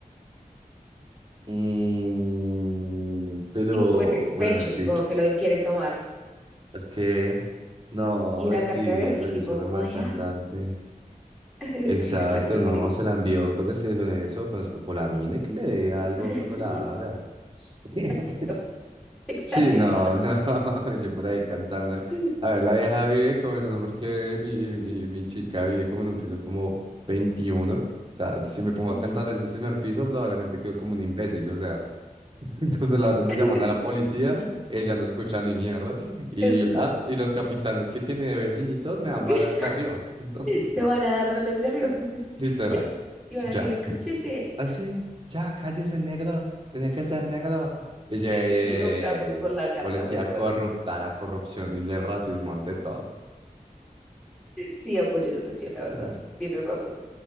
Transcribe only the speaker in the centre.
Tipo en despecho,
supongo que lo quiere tomar.
Y una
carta de odio, sí, tipo
como
de,
ah, <laughs> escribirle,
¿preferís?
<laughs>
Maldito, exagerado.
Sí,
Ujú.
<laughs>
Es verdad.
<laughs>
Te van a dar balas de arriba.
<laughs>
Y ya. Y van
a decirle, cállese.
Sí,
optamos por
la carta
mejor.
Sí, apoyo la noción, la verdad.
Tienes razón.